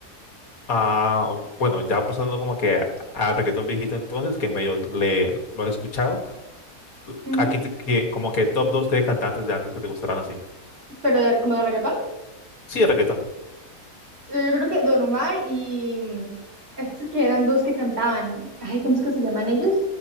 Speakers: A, on the left; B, on the right.
A: Ah, bueno, ya pasando como que al reggaetón viejito entonces, que medio le, lo has escuchado.
B: <laughs>
A: tú-
B: Ujú.
A: a quién te- que- como que top 2 de cantantes de antes que te gustaran así.
B: Pero de- como de reggaetón.
A: Sí, de reggaetón.
B: Yo creo que Don Omar y mm, estos que eran dos que cantaban. Ay, ¿cómo es que se llaman ellos?